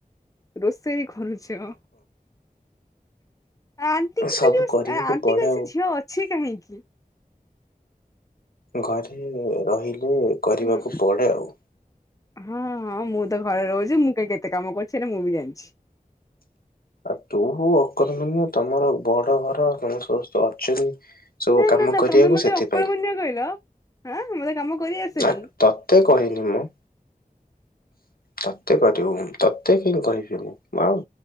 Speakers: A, on the left; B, on the left.
A: ରୋଷେଇ କରୁଚ ଅ। ଆଣ୍ଟି ଖାଲି
B: ସବୁ କରିବାକୁ
A: ଆଣ୍ଟି
B: ପଡେ
A: କ ସେ
B: ଆଉ।
A: ଝିଅ ଅଛି କାହିଁକି।
B: ଘରେ ରହିଲେ କରିବାକୁ
A: ହଁ
B: ପଡ଼େ ଆଉ।
A: ହଁ ହଁ ମୁଁ ତ ଘରେ ରହୁଛି ମୁଁ କାହି କେତେ କାମ କରୁଛି ସେଇଟା ମୁଁ ବି ଜାଣିଛି।
B: ଆଉ ତୁ ଅକର୍ମ ତମର ବଡ ଘର। ସମସ୍ତେ ଅଛନ୍ତି ସବୁ
A: ନା
B: କାମ
A: ନା ନା
B: କରିବାକୁ ସେଥିପାଇଁ।
A: କହିଲ। ଆ ମତେ କାମ। କରି ଆସେନି
B: ଆ ତତେ କହିନି ମୁଁ। ତତେ କରିବୁ ମୁଁ ତତେ କାଇ ମୁଁ କହିବିିନି ମା ଆଉ